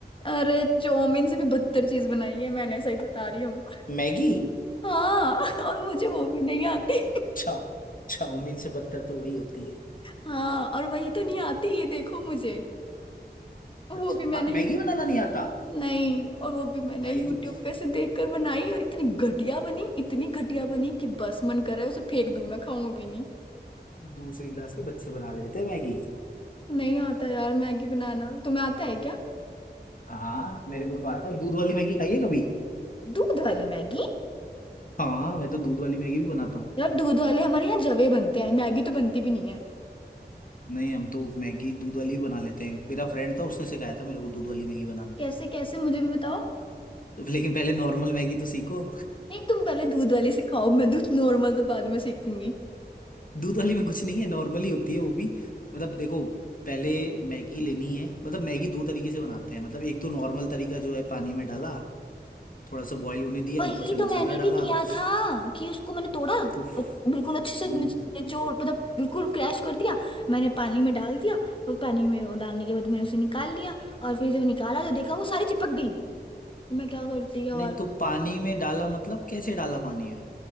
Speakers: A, on the left; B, on the left.
A: अरे चौमिन से भी बदतर चीज बनाई है मैंने सही बता रही हूँ
B: मैगी
A: हाँ <laughs> और मुझे वो भी नहीं आती
B: चा चाउमीन से बदतर तो वही होती है
A: हाँ और वही तो नहीं आती ये देखो मुझे
B: अच्छा
A: वो भी मैंने
B: आप
A: यू
B: मैगी बनाना नहीं आता
A: नहीं और वो भी मैंने
B: भाई
A: यूट्यूब
B: दूस,
A: पे से देखकर बनाई और इतनी घटिया बनी इतनी घटिया बनी कि बस मन कर रहा है उसे फेंक दूं मैं खाऊं भी नहीं
B: दूसरी क्लास के बच्चे बना लेते हैं मैगी
A: नहीं आता यार मैगी बनाना तुम्हें आता है क्या
B: हाँ मेरे को तो आता है दूध वाली मैगी खाइए कभी
A: दूध वाली मैगी
B: हाँ मैं तो दूध वाली मैगी भी बनाता हूँ
A: यार दूध वाले हमारे यहाँ जवे बनते हैं मैगी तो बनती भी नहीं है
B: नहीं हम तो मैगी दूध वाली भी बना लेते हैं मेरा फ्रेंड था उसने सिखाया था मेरे को दूध वाली मैगी बनाना
A: कैसे कैसे मुझे भी बताओ
B: लेकिन पहले नॉर्मल मैगी तो सीखो
A: नहीं तुम पहले दूध वाली सिखाओ मैं दूध नॉर्मल तो बाद में सीखूंगी
B: दूध वाली में कुछ नहीं है नॉर्मली होती है वो भी मतलब देखो पहले मैगी लेनी है मतलब मैगी दो तरीके से बनाते हैं मतलब एक तो नॉर्मल तरीका जो है पानी में डाला थोड़ा सा बॉईल होने दिया
A: वही
B: ऊपर से
A: तो मैंने
B: मसाला
A: भी
B: डाला
A: किया
B: उस-
A: था कि उसको मैंने तोड़ा
B: तो
A: और बिल्कुल अच्छे से
B: हम्म,
A: निच- निचोड़ मतलब बिल्कुल क्रैश कर दिया मैंने पानी में डाल दिया और पानी में वो डालने के बाद मैंने उसे निकाल लिया और फिर जब निकाला तो देखा वो सारी चिपक गई तो मैं क्या करती यार
B: नहीं तो पानी में डाला मतलब कैसे डाला पानी में